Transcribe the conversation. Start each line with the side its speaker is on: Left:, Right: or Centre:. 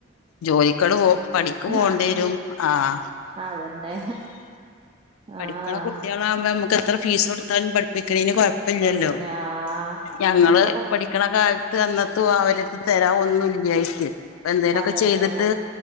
Left: ജോലിക്കോട് പോ പണിക്ക് പോകേണ്ടി
Right: അല്ലെ
Left: വരും ആഹ
Right: അതന്നെ
Left: പഠിക്കണ
Right: ആഹ്
Left: <unintelligible> എത്ര ഫീ കൊടുും പഠിപ്പിക്ക കൊഴപ്പില്ലല്ലോ
Right: പഠിപ്പിക്കാ ആഹ്
Left: ഞങ്ങള്
Right: ഇനിപ്പോ പ്ല
Left: ഇക്കണ കാലത്ത് അന്നത്തും അവര തെര ഒന്നുംല്ലായിക്ക എന്തേങ്കലുമൊക്കെ
Right: അതന്നെയാണ്
Left: ചെയ്തിട്ട്